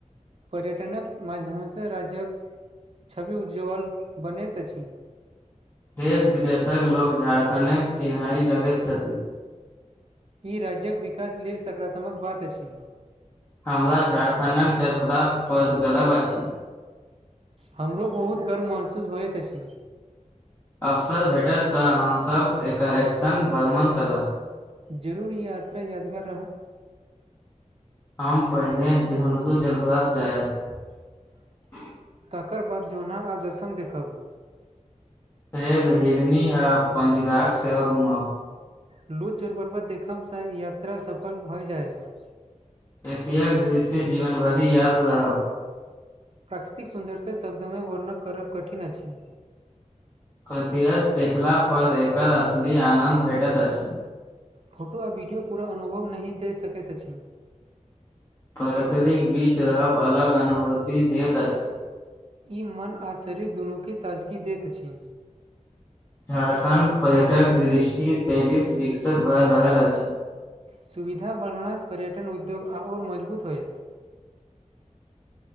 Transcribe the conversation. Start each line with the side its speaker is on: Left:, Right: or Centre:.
Right: पर्यटनक मध्यमसँ राज्यक छवि उज्ज्वल बनैत अछि
Left: देश विदेशक लोक झारखण्डे चिन्हाइ लगैत छथि
Right: ई राज्यक विकास लेल सकारात्मक बात अछि
Left: हमरा झारखण्डक जलप्रात पर गरव अछि
Right: हमरो बहुत गर्व महसूस होइत अछि
Left: अवसर भेटत तऽ हमसभ एकर एकसंग भ्रमण करब
Right: जरूर यात्रा यादगार रहत
Left: हम पहिने जहनदू जलपरात जायब
Right: तकर बाद जोना आदर्शन देखब
Left: फेर हिरनी आ पंचघाट सेहो घुमाउ
Right: लूत जोरपर्वत देखबसँ यात्रा सफल भऽ जायत
Left: एतेक दृश्य जीवन भरि याद रहब
Right: प्राकृतिक सुन्दरता शब्दमे वर्णन करब कठिन अछि
Left: कतयस देखला पर एकर असली आनन्द भेटैत अछि
Right: फोटो आ वीडियो पूरा अनुभव नहि दे सकैत अछि
Left: प्रतरीक बीज रहब अलग अनुभूति देत अछि
Right: ई मन आ शरीर दुनूके ताजगी दैत अछि
Left: झारखण्ड पर्यटक दृष्टि तेजी सँ विकसित भए रहल अछि
Right: सुविधा बनला सँ पर्यटन उद्योग आओर मजबूत होयत